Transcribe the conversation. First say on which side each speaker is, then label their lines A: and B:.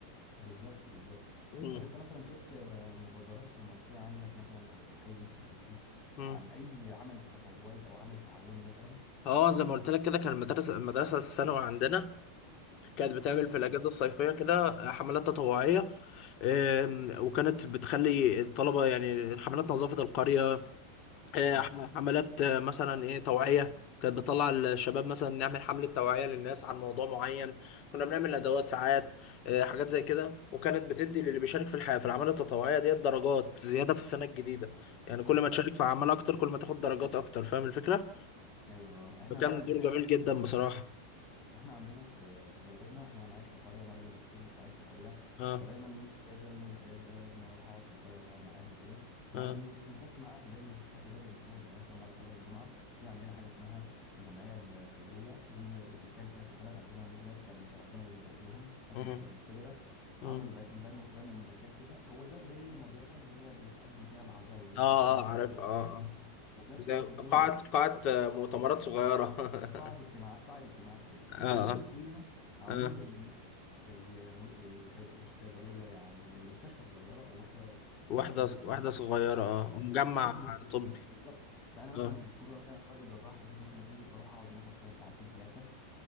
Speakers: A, on the left; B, on the left.
A: بالظبط بالظبط
B: مم.
A: طب انت مثلا شفت آه، مبادرات في المنطقه عندك مثلا او في الحي اللي انت ساكن فيه
B: مم.
A: عن اي عمل تطوعي او عمل تعاوني مثلا
B: اه زي ما قلت لك كده كان المدرسة المدرسة الثانوي عندنا كانت بتعمل
A: تمام
B: في الأجازة الصيفية كده حملات تطوعية آم، وكانت بتخلي الطلبة يعني حملات نظافة القرية آه،
A: صح
B: ح- حملات آه، مثلا ايه توعية كانت بتطلع الشباب مثلا نعمل حملة توعية للناس عن موضوع معين كنا بنعمل ندوات ساعات آه، حاجات زي كده وكانت بتدي للي بيشارك في الحياة في الأعمال التطوعية ديت درجات زيادة في السنة الجديدة يعني كل ما
A: صح
B: تشارك في أعمال أكتر كل ما تاخد درجات أكتر فاهم الفكرة؟
A: ايوه احنا
B: فكان
A: بقى عندنا
B: دور جميل جدا بصراحة
A: احنا عندنا في في بلدنا احنا انا عايش في قريه انا راجل دكتور بس عايش في قريه
B: اه
A: فدايما يوم الاجازه يوم الاجازه ده لازم اروح اقعد في القريه واقعد مع اهلي وكده ما
B: اه
A: بس مش بس مع اهلي لازم اشوف اهل بلدي كمان يعني مثلا بعد صلاه الجمعه في عندنا حاجه اسمها الجمعيه الخيريه دي مكان كده في البلد عندنا ناس يعني ربنا يبارك لهم ناس
B: اه
A: مقتد- مقتدره
B: اه
A: عملوا ب- بنوا بنوا مكان كده هو ز- زي المضيفه اللي هي بيتقدم فيها العزاء والناس
B: اه
A: بتقابل فيها
B: عارف
A: الضيوف
B: اه آه.
A: وكده وفي نفس
B: زي
A: الوقت
B: قاعة
A: الدور اللي فوق
B: قاعة مؤتمرات صغيرة <laughs>
A: قاعة اجتماعات قاعة اجتماعات كده
B: اه
A: وفي
B: اه
A: الدور اللي فوقيها عاملين
B: اه
A: زي زي م- إيه، صيد... مش صيدلية يعني زي مستشفى صغيرة أو وحدة صحية
B: واحدة
A: صغيرة
B: واحدة صغيرة اه
A: آه.
B: مجمع
A: أي مد-
B: طبي
A: بالظبط فأنا مثلا
B: اه
A: دكتور مثلا راجل جراح بشوف مثلا إيه بروح أقعد هناك مثلا ساعتين ثلاثة